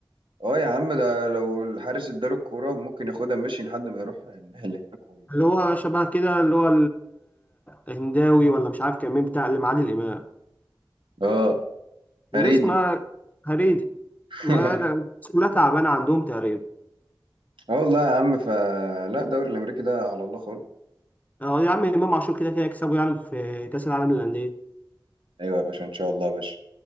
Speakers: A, on the right (about 85°); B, on the left (about 20°).
A: اه يا عم ده لو الحارس اداله الكوره ممكن ياخدها ماشي لحد ما يروح النهائي اللي هناك وي...
B: اللي هو شبه كده اللي هو الهنداوي ولا مش عارف كان مين بتاع اللي معادي الامام
A: اه
B: الناس
A: هريدي
B: ما هريدي
A: <laughs>
B: ما كلها تعبانه عندهم تقريبا
A: اه والله يا عم فلا الدوري الامريكي ده على الله خالص
B: اه يا عم امام عاشور كده كده يكسبه يعني في كاس العالم للانديه
A: ايوه يا باشا ان شاء الله يا باشا